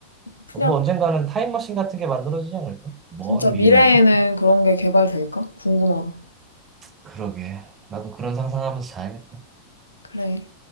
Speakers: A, on the left; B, on the right.
A: 그냥
B: 뭐 언젠가는 타임머신 같은 게 만들어지지 않을까? 먼
A: 진짜 미래에는
B: 미래엔.
A: 그런 게 개발될까? 궁금하다.
B: 그러게. 나도 그런 상상하면서 자야겠다.
A: 그래.